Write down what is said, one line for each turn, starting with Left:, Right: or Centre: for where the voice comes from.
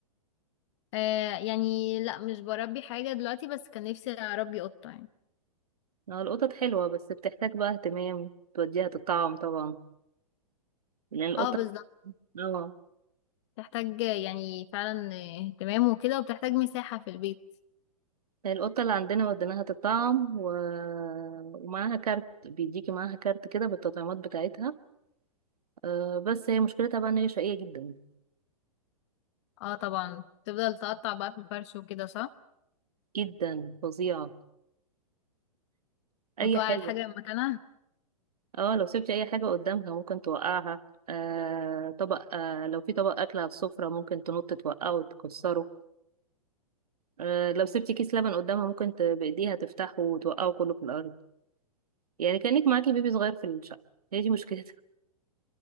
Left: آه يعني لا مش بربي حاجة دلوقتي بس كان نفسي اربي قطة يعني
Right: آه، القطط حلوه بس بتحتاج بقى اهتمام توديها تطعم طبعا لان القطه
Left: اه بالظبط
Right: اه
Left: بتحتاج يعني فعلا اهتمام وكده وبتحتاج مساحة في البيت
Right: القطة اللي عندنا وديناها تطعم و... ومعاها كارت بيديكي معاها كارت كده بالتطعيمات بتاعتها أه بس هي مشكلتها بقى ان هي شقية جدا
Left: اه طبعا تفضل تقطع بقى في الفرش وكده صح
Right: جدا فظيعة اي
Left: وتوقع
Right: حاجة
Left: الحاجة مكانها
Right: اه لو سبتي اي حاجة قدامها ممكن توقعها أه طبق أه لو في طبق اكل على السفرة ممكن تنط توقعه وتكسره أه لو سبتي كيس لبن قدامها ممكن ت... بايديها تفتحه وتوقعه كله في الارض يعني كأنك معاكي بيبي صغير في الشقة هي دي مشكلتها